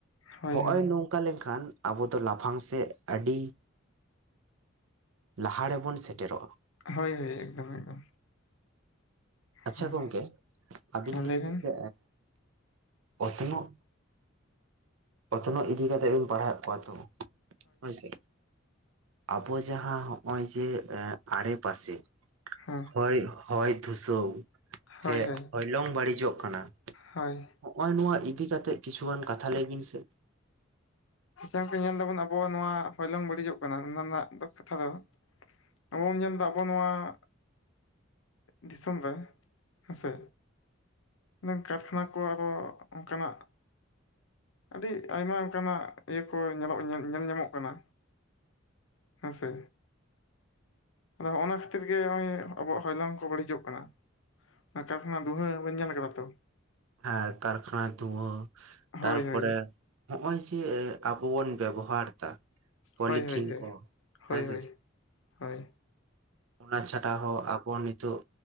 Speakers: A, on the left; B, on the right.
A: ᱦᱳᱭ
B: ᱦᱚᱸᱜᱼᱚᱭ
A: ᱦᱳᱭ
B: ᱱᱚᱝ ᱚᱝᱠᱟ ᱞᱮᱱ ᱠᱷᱟᱱ ᱟᱵᱚ ᱫᱚ ᱞᱟᱯᱷᱟᱝ ᱥᱮᱫ ᱟᱹᱰᱤ ᱞᱟᱦᱟ ᱨᱮᱵᱚᱱ ᱥᱮᱴᱮᱨᱚᱜᱼᱟ
A: ᱦᱳᱭ ᱦᱳᱭ ᱮᱠᱫᱚᱢ ᱮᱠᱫᱚᱢ
B: ᱟᱪᱪᱷᱟ
A: ᱦᱳᱭ
B: ᱜᱚᱝᱠᱮ ᱟᱹᱵᱤᱱ
A: ᱦᱮᱸ
B: ᱞᱟᱹᱭ ᱵᱤᱱ
A: ᱵᱮᱱ
B: ᱥᱮ ᱚᱛᱱᱚᱜ ᱚᱛᱱᱚᱜ ᱤᱫᱤ ᱠᱟᱛᱮ ᱵᱤᱱ ᱯᱟᱲᱦᱟᱣ ᱮᱫ ᱠᱚᱣᱟ ᱛᱚ ᱦᱳᱭ ᱥᱮ ᱟᱵᱚ ᱡᱟᱦᱟᱸ ᱦᱚᱸᱜᱼᱚᱭ ᱡᱮ ᱟᱲᱮ ᱯᱟᱥᱮ
A: ᱦᱮᱸ
B: ᱦᱳᱭ ᱦᱚᱭ ᱫᱷᱩᱥᱟᱹᱣ
A: ᱦᱳᱭ
B: ᱥᱮ
A: ᱦᱳᱭ
B: ᱦᱚᱭᱞᱚᱝ ᱵᱟᱹᱲᱤᱡᱚᱜ ᱠᱟᱱᱟ
A: ᱦᱳᱭ
B: ᱦᱚᱸᱜᱼᱚᱭ ᱱᱚᱣᱟ ᱤᱫᱤ ᱠᱟᱛᱮᱜ ᱠᱤᱪᱷᱩ ᱜᱟᱱ ᱠᱟᱛᱷᱟ ᱞᱟᱹᱭ ᱵᱤᱱ ᱥᱮ
A: ᱟᱪᱪᱷᱟ ᱜᱚᱝᱠᱮ ᱧᱮᱞ ᱫᱟᱵᱚᱱ ᱟᱵᱚ ᱱᱚᱣᱟ ᱦᱚᱭᱞᱚᱝ ᱵᱟᱹᱲᱤᱡᱚᱜ ᱠᱟᱱᱟ ᱚᱱᱟ ᱨᱮᱱᱟᱜ ᱫᱚ ᱠᱟᱛᱷᱟ ᱫᱚ ᱟᱵᱚ ᱵᱚᱱ ᱧᱮᱞ ᱫᱟ ᱟᱵᱚ ᱱᱚᱣᱟ ᱫᱤᱥᱚᱢ ᱨᱮ ᱦᱮᱸ ᱥᱮ ᱢᱮᱱ ᱠᱟᱨᱠᱷᱟᱱᱟ ᱠᱚ ᱟᱨᱚ ᱚᱱᱠᱟᱱᱟᱜ ᱟᱹᱰᱤ ᱟᱭᱢᱟ ᱚᱱᱠᱟᱱᱟᱜ ᱤᱭᱟᱹ ᱠᱚ ᱧᱮᱞᱚᱜ ᱧᱮᱞ ᱧᱟᱢᱚᱜ ᱠᱟᱱᱟ ᱦᱮᱸ ᱥᱮ ᱦᱚᱸᱜᱼᱱᱚᱣᱟ ᱠᱷᱟᱹᱛᱤᱨ ᱜᱮ ᱦᱚᱸᱜᱼᱚᱭ ᱟᱵᱚᱣᱟᱜ ᱦᱚᱭᱞᱚᱝ ᱠᱚ ᱵᱟᱹᱲᱤᱡᱚᱜ ᱠᱟᱱᱟ ᱠᱟᱨᱠᱷᱟᱱᱟ ᱫᱩᱸᱦᱟᱹ ᱵᱟᱹ ᱧᱮᱞ ᱠᱟᱫᱟ ᱛᱚ
B: ᱦᱮᱸ ᱠᱟᱨᱠᱷᱟᱱᱟ ᱫᱷᱩᱸᱣᱟᱹ ᱛᱟᱨᱯᱚᱨᱮ
A: ᱦᱳᱭ ᱦᱳᱭ
B: ᱦᱸᱚᱜᱼᱚᱭ ᱡᱮ ᱟᱵᱚ ᱵᱚᱱ ᱵᱮᱵᱚᱦᱟᱨ ᱫᱟ ᱯᱚᱞᱤᱛᱷᱤᱱ
A: ᱦᱳᱭ ᱦᱳᱭ
B: ᱠᱚ
A: ᱦᱳᱭ
B: ᱦᱮᱸ ᱥᱮ
A: ᱦᱳᱭ
B: ᱪᱮᱫ
A: ᱦᱳᱭ ᱦᱳᱭ
B: ᱚᱱᱟ ᱪᱷᱟᱰᱟ ᱦᱚᱸ ᱟᱵᱚ ᱱᱤᱛᱚᱜ